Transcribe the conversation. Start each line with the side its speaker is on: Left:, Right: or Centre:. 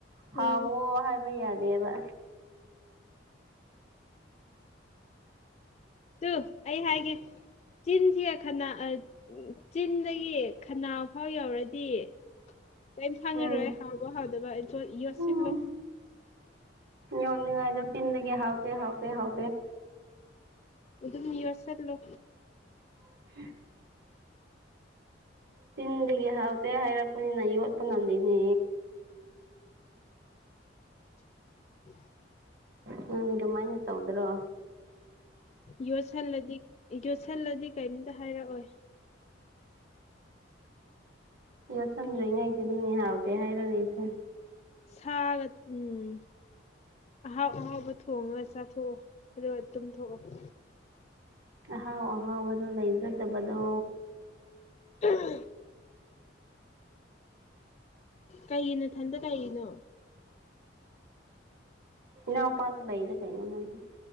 Right: ꯍꯥꯎꯋꯣ
Left: ꯎꯝ
Right: ꯍꯥꯏꯕ ꯌꯥꯠ ꯃꯦꯕ
Left: ꯇꯨ ꯑꯩ ꯍꯥꯏꯒꯦ ꯆꯤꯟꯁꯤꯒ ꯈꯅ ꯑ ꯎ ꯆꯤꯟꯗꯒꯤ ꯈꯅꯥꯎ ꯐꯥꯎ ꯌꯧꯔꯗꯤ ꯀꯩꯝ ꯈꯪꯉꯔꯣꯏ
Right: ꯎꯝ
Left: ꯍꯥꯎꯕ ꯍꯥꯎꯗꯕ ꯑꯩ ꯌꯣꯠꯁꯤꯜꯂꯣ
Right: ꯎꯝ ꯌꯣꯠꯅꯤꯡꯉꯥꯏꯗꯣ ꯆꯤꯟꯗꯒꯤ ꯍꯥꯎꯇꯦ ꯍꯥꯎꯇꯦ ꯍꯥꯎ
Left: ꯑꯗꯨꯝ ꯌꯣꯠꯁꯤꯜꯂꯣ
Right: <inaudible> ꯆꯤꯟꯗꯒꯤ ꯍꯥꯎꯇꯦ ꯍꯥꯏꯔꯛꯄꯅꯤꯅ ꯌꯣꯠꯄ ꯉꯝꯗꯦꯅꯦ
Left: <inaudible>
Right: ꯅꯪꯗꯤ ꯗꯨꯃꯥꯏꯅ ꯇꯧꯗ꯭ꯔꯣ
Left: ꯌꯣꯠꯁꯜꯂꯗꯤ ꯌꯣꯠꯁꯜꯂꯗꯤ ꯀꯩꯝꯇ ꯍꯥꯏꯔꯛꯑꯣꯏ
Right: ꯌꯣꯠꯁꯟꯗ꯭ꯔꯤꯉꯩꯗꯗꯤꯅꯦ ꯍꯥꯎꯇꯦ ꯍꯥꯏꯔꯛꯏꯁꯦ
Left: ꯁꯥꯒ ꯎꯝ ꯑꯍꯥꯎ ꯑꯍꯥꯎꯕ ꯊꯣꯡꯉꯒ ꯆꯥꯊꯣꯛꯑꯣ ꯑꯗꯨꯒ ꯇꯨꯝꯊꯣꯛꯑꯣ
Right: ꯑꯍꯥꯎ ꯑꯍꯥꯎꯕꯗꯣ ꯂꯩꯖꯗꯕꯗꯣ
Left: <unintelligible> ꯀꯩꯒꯤ ꯅꯥꯊꯟꯗ ꯂꯩꯔꯤꯅꯣ
Right: ꯏꯅꯥꯎ ꯅꯨꯄꯥꯁꯨ ꯂꯩꯏꯗ ꯀꯩꯅꯣ ꯅꯪꯁꯨ